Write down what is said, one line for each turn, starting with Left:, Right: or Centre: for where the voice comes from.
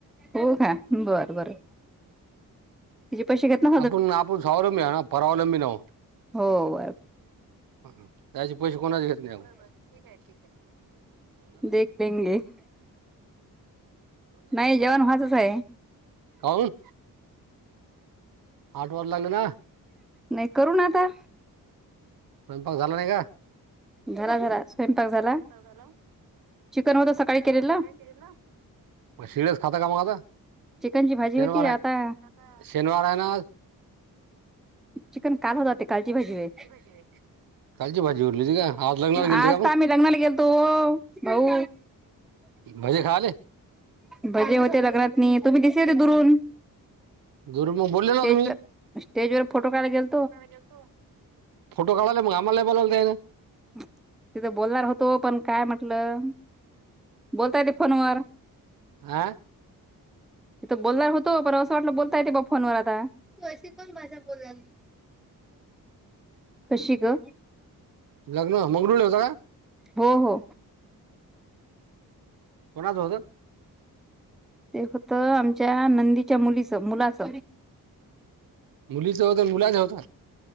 Centre: हो खा, बर बर तिचे पैसे घेतला.
Right: आपूण आपण स्वावलंबी आहे ना, परावलंबी नव्ह.
Centre: हो बरं,
Right: हा, हा. त्यांचे पैसे कोणच घेत नाही आपण, बर बर ठिक आहे ठिक आहे.
Centre: देखेंगे. नाही जेवण व्हाचंच आहे.
Right: कौवून. आट वाजू लागले ना.
Centre: नाही करु, ना आता.
Right: स्वयंपाक झाला नाही का?
Centre: झाला झाला, स्वयंपाक झाला.
Right: <unintelligible> ला
Centre: चिकन होतं सकाळी
Right: चिकन
Centre: केलेलं
Right: <unintelligible> सकाळी केलेल ना. मग शीळच खाता कां मग आता,
Centre: चिकनची भाजी
Right: शनिवार
Centre: होती
Right: आहे
Centre: आता
Right: शनिवार आहे ना आज.
Centre: चिकन काल होत, ते कालची भाजी होय.
Right: <unintelligible> कालची भाजी उरली होती का आज लग्नाला गेलते
Centre: आजता
Right: का
Centre: आम्ही लग्नाला गेलतो ओ भाऊ.
Right: मग भजे खाले
Centre: भजे होते लग्नातनी, तुम्ही दिसेल होते दुरून.
Right: दुरु बोले ना
Centre: स्टेजवर
Right: तुम्ही,
Centre: स्टेजवर फोटो काडाय गेल
Right: फोटो काढाय गेलतो, फोटो काढायला मग आम्हाला नाही बोलवल त्यांनी.
Centre: तिथं बोलणार होतो पण काय म्हटलं बोलताय ते फोनवर
Right: आह
Centre: तिथं बोलणार होतो प असं वाटलं बोलता येते बा फोनवर आता तू अशी कोण भाषा बोलाय कशी ग?
Right: लग्न मगरू होता का
Centre: हो हो
Right: कोणाच होतं
Centre: ते होत आमच्या नंदीच्या मुलीच मुलाच
Right: मुलीच होत मुलाच होत